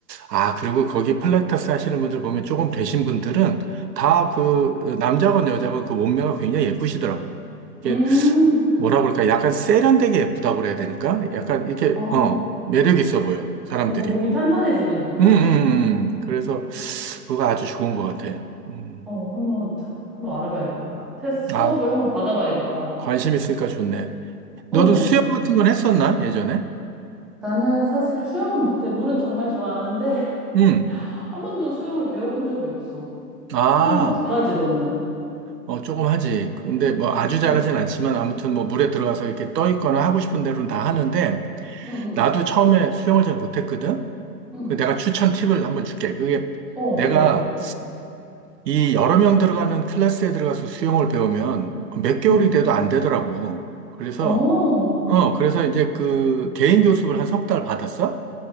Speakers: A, on the right (about 80°); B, in the centre.
A: 아, 그리고 거기 필라테스 하시는 분들 보면 조금 되신 분들은 다 그 남자건 여자건 그 몸매가 굉장히 예쁘시더라고. 이게
B: 음,
A: 뭐라 그럴까? 약간 세련되게 예쁘다고 그래야 되니까? 약간 이렇게,
B: 아,
A: 어, 매력 있어 보여, 사람들이.
B: 뭔가 몸이 탄탄해지는구나.
A: 음, 음, 음. 음. 그래서 그거 아주 좋은 것 같아. 음.
B: 어, 한번, 자- 한번 알아봐야겠다. 테스트
A: 아,
B: 수업을 한번 받아봐야겠다.
A: 관심 있으니까 좋네.
B: 어,
A: 너도 수영 같은 건 했었나? 예전에?
B: 나는 사실 수영은 못해. 물은 정말 좋아하는데,
A: 음.
B: <laughs> 한 번도 수영을 배워본 적이 없어.
A: 아,
B: 수영 잘하지, 너는?
A: 어, 조금 하지. 근데 뭐 아주 잘하진
B: 응,
A: 않지만 아무튼 뭐 물에 들어가서 이렇게 떠 있거나 하고 싶은 대로는 다
B: 응,
A: 하는데
B: 응,
A: 나도
B: 응.
A: 처음에 수영을 잘 못했거든?
B: 응.
A: 그 내가 추천 팁을 한번 줄게. 그게
B: 어,
A: 내가
B: 좋아, 좋아.
A: 이 여러 명 들어가는 클래스에 들어가서 수영을 배우면 몇 개월이
B: 응.
A: 돼도 안 되더라고. 그래서,
B: 어,
A: 어, 그래서 이제 그 개인 교습을 한 석 달 받았어?